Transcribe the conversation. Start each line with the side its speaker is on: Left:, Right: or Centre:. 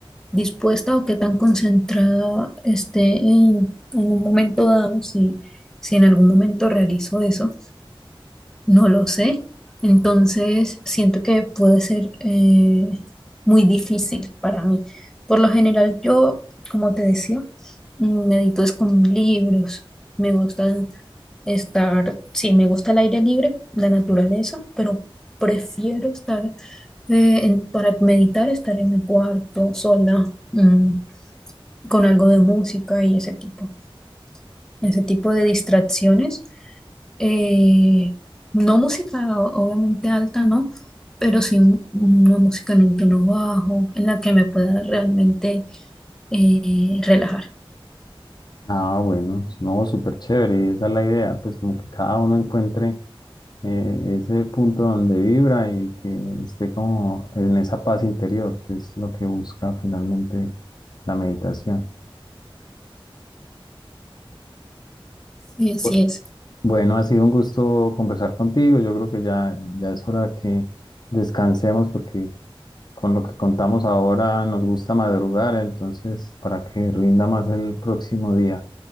Centre: dispuesta o qué tan concentrada esté en, en un momento dado, si, si en algún momento realizo eso No lo sé. Entonces, siento que puede ser eh, muy difícil para mí. Por lo general, yo, como te decía, mm, medito es con libros. Me gusta estar, sí, me gusta el aire libre, la naturaleza, pero prefiero estar, eh, en- para meditar, estar en mi cuarto sola, mm, con algo de música y ese tipo, ese tipo de distracciones eh, no música o- obviamente alta, ¿no? Pero sí un- una música en un tono bajo, en la que me pueda realmente eh, relajar.
Left: Ah, bueno, no, súper chévere, y esa es la idea, pues como que cada uno encuentre eh, ese punto donde vibra y que esté como en esa paz interior, que es lo que busca finalmente la meditación.
Centre: Sí, así
Left: Bu-
Centre: es.
Left: Bueno, ha sido un gusto conversar contigo, yo creo que ya, ya es hora que descansemos porque con lo que contamos ahora nos gusta madrugar, entonces para que rinda más el próximo día.